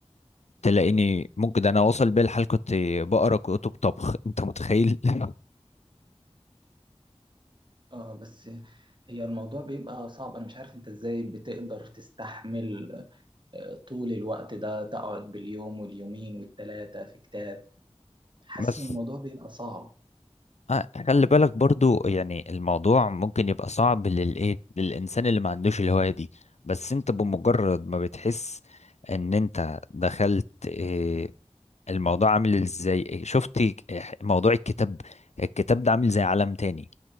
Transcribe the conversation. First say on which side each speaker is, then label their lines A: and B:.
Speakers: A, on the left (about 80°); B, on the right (about 45°).
A: تلاقيني ممكن ده انا واصل بيا الحال كنت بقرا كتب طبخ انت متخيل <laughs>
B: اه بس هي الموضوع بيبقى صعب انا مش عارف انت ازاي بتقدر تستحمل آه، طول الوقت ده تقعد باليوم واليومين والتلاتة في كتاب حاسس
A: بس
B: ان الموضوع بيبقى صعب
A: آه، خلي بالك برضو يعني الموضوع ممكن يبقى صعب للايه للانسان اللي ما عندوش الهواية دي بس انت بمجرد ما بتحس ان انت دخلت إيه الموضوع عامل ازاي إيه، شفت إيه، موضوع الكتاب الكتاب ده عامل زي عالم تاني